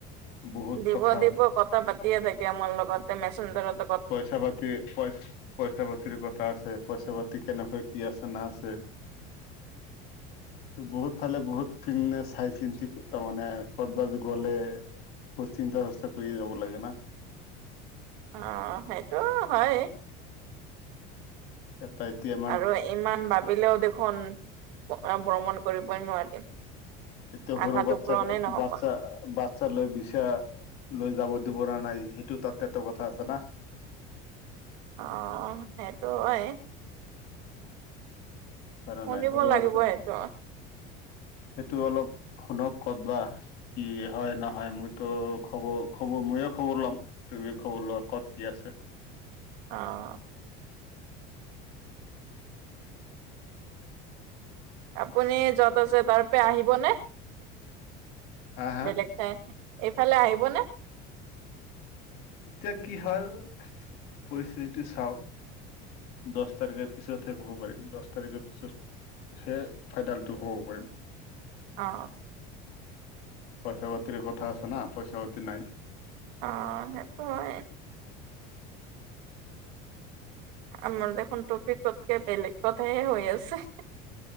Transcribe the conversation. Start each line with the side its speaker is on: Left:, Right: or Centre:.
Left: বহুত
Right: দিব
Left: কথা
Right: দিব কথা পাতিয়ে থাকে আমাৰ লগতে মেচঞ্জাৰতে
Left: পইচা পাতি পই পইচা পাতিৰ কথা আছে পইচা পাতি কেনেকৈ কি আছে না আছে
Right: <inaudible>
Left: ত বহুত ফালে বহুত পিন্নে চাই চিন্তি তাৰমানে কৰ বাত গলে বহুত চিন্তা চৰ্চা কৰি যাব লাগে না
Right: অ সেইটো হয়
Left: এটা এটিএম
Right: আৰু ইমান ভাবিলেও দেখোন ভ্ৰমণ কৰিবই নোৱাৰিম
Left: এতিয়া
Right: আশাটো
Left: সৰু বাচ্ছা
Right: পূৰণে নহ'ব
Left: বাচ্ছা বাছ চা লৈ বিচা লৈ যাব দিবৰানে নাই সেইটো তাতে ত কথা আছে না
Right: অ সেইটো হয়
Left: হয় না
Right: শুনিব
Left: নাই সৰু
Right: লাগিব
Left: বাচ্ছা
Right: সেইটো।
Left: সেইটো অলপ শুনক কত বা। কি হয় নহয় মইতো খবৰ খবৰ ময়ে খবৰ লম। তুমি খবৰ লোৱা ক'ত কি আছে।
Right: অঁ আপুনি য'ত আছে তাৰপে আহিবনে,
Left: হা হা
Right: বেলেগ এইফালে আহিব নে?
Left: এতিয়া কি হয় পৰিস্থিতিটো চাওঁ। দশ তাৰিখে পিছতহে ক'ব পাৰিম দশ তাৰিখৰ পিছত সেই ফাইদলটো কব পাৰিম।
Right: অ
Left: পইচা পাতিৰ কথা আছে না পইচা পাতি নাই
Right: অঁ সেইটো হয়। আমাৰ দেখোন টপি কতকে বেলেগ কথাহে হৈ আছে।